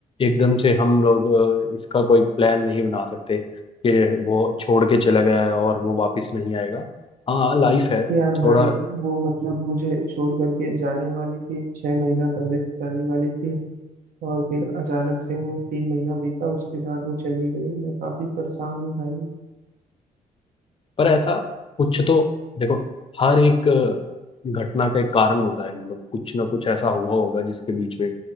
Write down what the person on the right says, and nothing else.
यार
भाई वो मतलब मुझे छोड़ करके जाने वाली थी छह महीना पहले से जाने वाली थी और फिर अचानक से वो तीन महीना बीता उसके बाद वो चली गई मैं काफी परेशान हूँ भाई